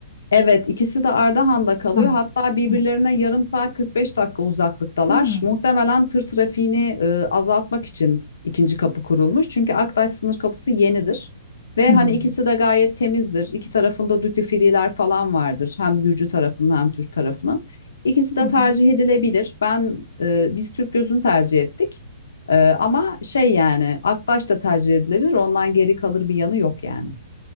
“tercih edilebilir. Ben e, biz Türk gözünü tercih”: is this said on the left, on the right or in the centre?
Left